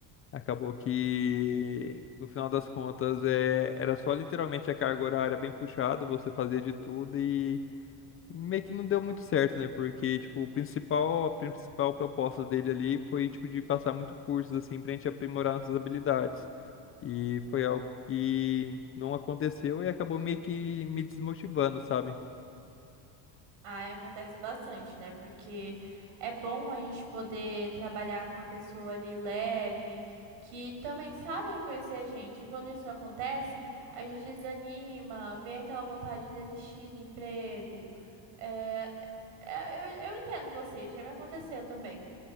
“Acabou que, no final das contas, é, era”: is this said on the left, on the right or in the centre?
Left